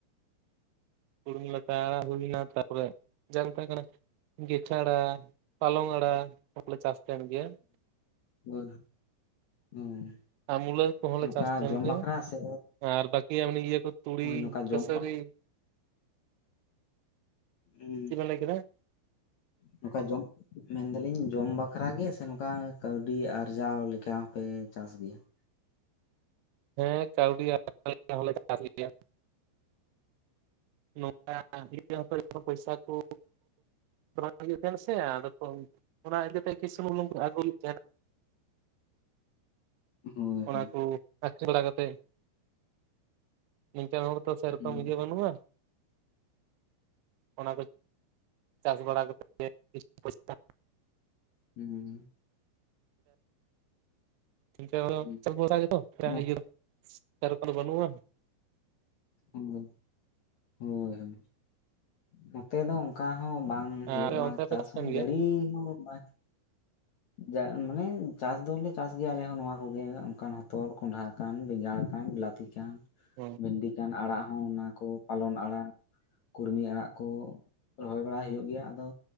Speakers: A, on the right; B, on the left.
A: ᱠᱩᱲᱩᱢ ᱞᱟᱛᱟ ᱦᱩᱲᱩ ᱦᱩᱭᱱᱟ, ᱛᱟᱨᱯᱚᱨᱮ ᱡᱟᱱᱛᱟ ᱠᱟᱱᱟ ᱜᱚᱭᱴᱷᱟ ᱟᱲᱟ, ᱯᱟᱞᱚᱝ ᱟᱲᱟ, ᱚᱱᱟ ᱠᱚᱞᱮ ᱪᱟᱥ ᱛᱟᱦᱮᱱ ᱜᱮᱭᱟ ᱾
B: <unintelligible> ᱦᱩᱸ
A: ᱟ ᱢᱩᱞᱟᱹ ᱠᱚᱦᱚᱸ
B: ᱱᱚᱝᱠᱟ
A: ᱞᱮ ᱪᱟᱥ ᱛᱟᱦᱮᱱ
B: ᱡᱚᱢ
A: ᱜᱮᱭᱟ,
B: ᱵᱟᱠᱷᱨᱟ ᱥᱮ
A: ᱟᱨ ᱵᱟᱠᱤ ᱟᱜ ᱤᱭᱟᱹ ᱠᱚ ᱛᱩᱲᱤ
B: ᱦᱳᱭ ᱱᱚᱝᱠᱟ
A: ᱠᱟᱹᱥᱟᱹᱨᱤ
B: ᱡᱚᱢ ᱦᱩᱸ
A: ᱪᱮᱫ ᱵᱮᱱ ᱞᱟᱹᱭ ᱠᱮᱫᱟ?
B: ᱱᱚᱝᱠᱟ ᱡᱚᱢ ᱢᱮᱱᱫᱟᱞᱤᱧ ᱡᱚᱢ ᱵᱟᱠᱷᱟᱨᱟᱜ ᱜᱮ ᱥᱮ ᱱᱚᱝᱠᱟ ᱠᱟᱹᱣᱰᱤ ᱟᱨᱡᱟᱣ ᱞᱮᱠᱟ ᱦᱚᱸᱯᱮ ᱪᱟᱥ ᱜᱮᱭᱟ ᱾
A: ᱦᱮᱸ ᱠᱟᱹᱣᱰᱤ ᱟᱨᱡᱟᱣ ᱞᱮᱠᱟ ᱪᱟᱥ ᱦᱩᱭᱩᱜ ᱜᱮᱭᱟ ᱾ ᱱᱚᱝᱠᱟ... <unintelligible> ᱯᱚᱭᱥᱟ ᱠᱚ, ᱚᱱᱟ ᱤᱭᱟᱹᱜ ᱛᱟᱦᱮᱱᱟ ᱥᱮ ᱟᱫᱚ ᱠᱚ ᱚᱱᱟ ᱤᱫᱤᱛᱮ... <unintelligible> ᱟᱹᱜᱩᱭ ᱞᱮᱫᱮᱫ ᱛᱟᱦᱮᱱᱟ
B: ᱦᱳᱭ
A: ᱚᱱᱟ
B: ᱦᱳᱭ
A: ᱠᱚ ᱟᱪᱪᱟᱞᱟ ᱠᱟᱛᱮᱫ ᱱᱤᱝᱠᱟ. ᱱ ᱦᱚᱲ ᱛᱚ ᱥᱮᱨᱚᱠᱚᱢ
B: ᱦᱩᱸ
A: ᱤᱭᱟᱹ ᱵᱟᱹᱱᱩᱜᱼᱟ ᱾ ᱚᱱᱟ ᱠᱚ ᱪᱟᱥ ᱵᱟᱲᱟ ᱠᱟᱛᱮ <unintelligible>
B: ᱦᱩᱸ
A: <unintelligible>
B: ᱦᱩᱸ
A: ᱵᱷᱚᱨᱥᱟ ᱜᱮᱛᱚ
B: ᱱᱚᱛ
A: ᱤᱭᱟᱹ ᱥᱮᱨᱚᱠᱚᱢ ᱫᱚ ᱵᱟᱹᱱᱩᱜᱼᱟ ᱾
B: ᱦᱩᱸ ᱦᱳᱭᱸ ᱦᱳᱭᱸ, ᱱᱚᱛᱮ ᱫᱚ ᱚᱱᱠᱟ ᱦᱚᱸ ᱵᱟᱝ ᱦᱩᱭᱩᱜᱼᱟ,
A: ᱟᱨ ᱚᱱᱛᱮ
B: ᱪᱟᱥ
A: ᱯᱮ ᱛᱟᱦᱮᱱ
B: ᱦᱚᱸ
A: ᱜᱮᱭᱟ
B: ᱡᱟᱹᱲᱤ ᱦᱚᱸ ᱵᱟᱝ ᱡᱟ ᱢᱟᱱᱮ ᱪᱟᱥ ᱫᱚᱞᱮ ᱪᱟᱥ ᱜᱮᱭᱟ ᱟᱞᱮᱦ ᱱᱚᱣᱟ ᱠᱚᱜᱮ ᱚᱱᱠᱟᱱ, ᱦᱚᱛᱚᱫ ᱠᱚᱸᱱᱰᱷᱟ ᱠᱟᱱ, ᱵᱮᱸᱜᱟᱲ ᱠᱟᱱ, ᱞᱟ ᱛᱤ ᱠᱟᱱ
A: ᱦᱮᱸ
B: ᱵᱷᱤᱱᱰᱤ ᱠᱟᱱ, ᱟᱲᱟᱜ ᱦᱚᱸ ᱚᱱᱟ ᱠᱚ ᱯᱟᱞᱚᱱ ᱟᱲᱟᱜ ᱠᱩᱲᱢᱤ ᱟᱲᱟᱜ ᱠᱚ ᱨᱚᱦᱚᱭ ᱵᱟᱲᱟ ᱦᱩᱭᱩᱜ ᱜᱮᱭᱟ, ᱟᱫᱚ,